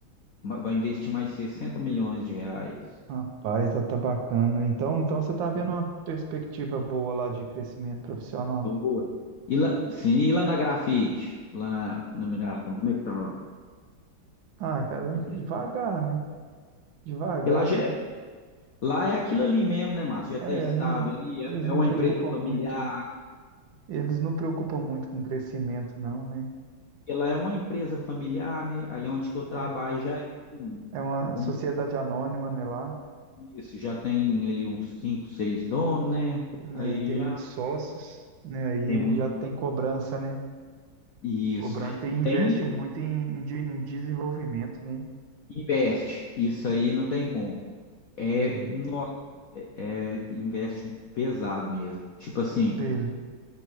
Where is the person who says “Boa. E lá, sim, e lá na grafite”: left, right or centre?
Left